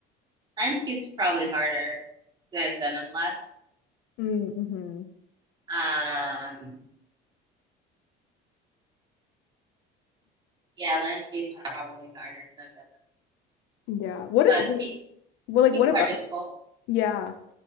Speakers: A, on the right; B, on the left.
A: Landscapes are probably harder because I've done them less.
B: Mm-hmm.
A: Um, yeah, landscapes are probably harder because I've done them.
B: Yeah. What,
A: But
B: it- what
A: pe
B: well like
A: people
B: what about
A: are difficult.
B: yeah.